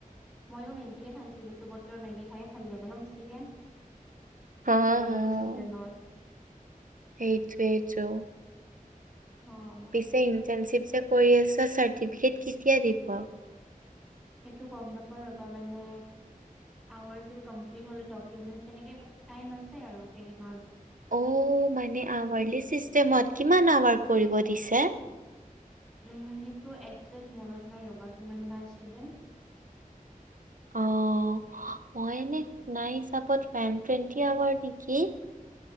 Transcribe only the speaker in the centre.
ময়ো মেগীয়ে খাইছিলোঁ এইটো বতৰ মেগী খাইয়ে ভাল লাগে ন বেছিকে।
ৰেইনী
চিজনত।
অ'
সেইটো গম নাপাও ৰবা মানে। আৱাৰ গিতা কম্লিট হলে ডকুমেণ্টছ তেনেকে টাইম আছে আৰু কেইমান।
উম সেইটো একজেক্ট মনত নাই ৰ'বা কিমান বা আছিলে।